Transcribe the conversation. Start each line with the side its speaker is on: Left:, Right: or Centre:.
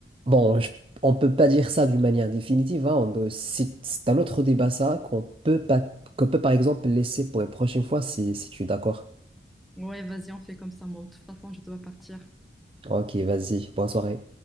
Right: Bon, je- on peut pas dire ça d'une manière définitive, hein, on doit- c'est c'est un autre débat ça qu'on peut pas, qu'on peut par exemple laisser pour une prochaine fois si, si tu es d'accord.
Centre: Ouais, vas-y, on fait comme ça, moi. De toute façon, je dois partir.
Right: Ok, vas-y. Bonne soirée.